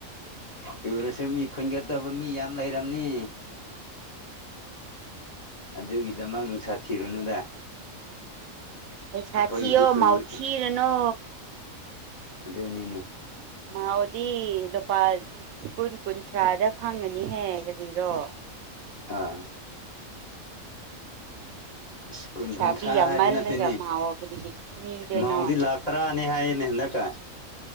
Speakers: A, on the left; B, on the right.
A: ꯇꯨꯔꯁꯨ ꯃꯤ ꯈꯨꯟꯒꯠꯇꯕ ꯃꯤ ꯌꯥꯝ ꯂꯩꯔꯝꯅꯤ ꯑꯗꯨꯒꯤꯗꯃꯛ ꯅꯨꯡꯁꯥ ꯊꯤꯔꯨꯅꯨꯗ
B: ꯄꯩꯁꯥ
A: ꯑꯩꯈꯣꯏꯒꯤꯗꯤ
B: ꯊꯤ ꯑꯣ
A: ꯇꯨꯔ
B: ꯃꯥꯎ ꯊꯤꯔꯅꯣ
A: ꯑꯗꯨꯅꯤꯅꯦ
B: ꯃꯥꯎꯗꯤ ꯂꯨꯄꯥ ꯀꯨꯟ ꯀꯨꯟꯊ꯭ꯔꯥꯗ ꯐꯪꯉꯒꯅꯤꯍꯦ ꯀꯔꯤꯔꯣ
A: ꯑꯥ ꯑꯁ ꯀꯨꯟ
B: ꯂꯩꯁꯥꯕꯤ
A: ꯀꯨꯟꯊ꯭ꯔꯥ
B: ꯌꯥꯝꯃꯜꯂꯒ
A: ꯍꯥꯏꯕ ꯅꯠꯇꯦꯅꯦ
B: ꯃꯥꯎꯕꯗꯨꯗꯤ ꯊꯤꯗꯣꯏꯅꯣ
A: ꯃꯥꯎꯗꯤ ꯂꯥꯛ ꯇꯔꯥꯅꯤ ꯍꯥꯏꯌꯦꯅꯦ ꯍꯟꯗꯛ ꯀ